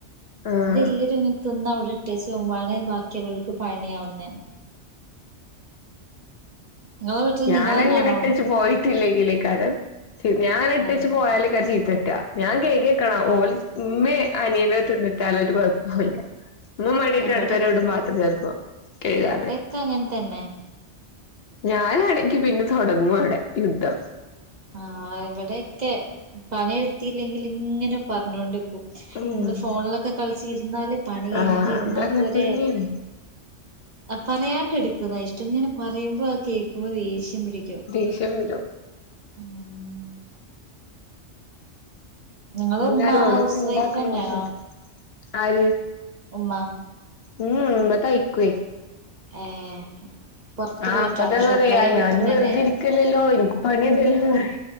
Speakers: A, on the left; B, on the right.
A: ആഹ്
B: ഇതെല്ല് ത്തിന്ന് അവിടെ ഇട്ടേച്ച് പോകുമ്പാണ് ബാക്കിയുള്ളവർക്ക് പണിയാവുന്നെ. നിങ്ങളെ വീട്ടില്
A: ഞാനഅങ്ങനെ
B: നിങ്ങളെന്നാണോ
A: ഇട്ടച്ച് പോയിട്ടില്ലെങ്കിലയ്ക്കാരം ഞാൻ ഇട്ടച്ച്
B: അതെ
A: പോയാല് ചീത്തട്ടാ ഞാൻ കെയ്കിവെക്കണം
B: ആഹ്
A: ഇമ്മേ അനിയനോ തിന്നിട്ടാല് ഒരു കൊയപ്പൊല്ല. ഇമ്മ മടിയായിറ്റ്
B: ഇവിടെക്കെ
A: അട്തെന്നെഇടും ചെൽപ്പോ കെഴുകാതെ.
B: ഇവിടെ അങ്ങൻതെന്നെ.
A: ഞാനാണെങ്കി പിന്നെ തൊടങ്ങും അവിടെയുദ്ധം.
B: ആഹ് ഇവിടെയൊക്കെ പണിടുത്തില്ലെങ്കി ഇങ്ങനെ പറഞ്ഞോണ്ട്ക്കും.
A: ഉം
B: അമ്മള് ഫോണിലൊക്കെ കളിച്ച് ഇര്ന്നാല് പണികഴിഞ്ഞിട്ട്
A: ആഹ്
B: ഇര്ന്നാപ്പോരെ
A: അതങ്ങനെ തന്നെയാണ്
B: പറയാണ്ട് എട്ക്കുന്ന ഇഷ്ട്ടം. ഇങ്ങനെ പറയുമ്പോ ആ കേക്കുമ്പോൾ ദേഷ്യം പിടിക്കും.
A: ദേശ്യം വെരും.
B: <unintelligible> നിങ്ങളെ
A: എന്താലും
B: ഉമ്മ
A: അവനെ
B: ഹൗസ്
A: കൊണ്ടാക്കണംകൊർച്ചയ്ഞ്ഞിട്ട്
B: വൈഫ് തന്നെയാണോ
A: ആര്?
B: ഉമ്മ
A: ഇമ്മ തൈക്കുയ്.
B: ഏഹ് പുറത്ത്
A: ആഹ്
B: പോയിട്ടാണോ
A: അപ്പഅത്
B: ഷോപ്പിൽ
A: പറയാ
B: അല്ലെ വീട്ടിന്ന്
A: ഞാനും വെറുതെ
B: തന്നെ
A: ഇരിക്കല്ലല്ലോ ഇൻക്ക് പണിഇണ്ടല്ലോപറി.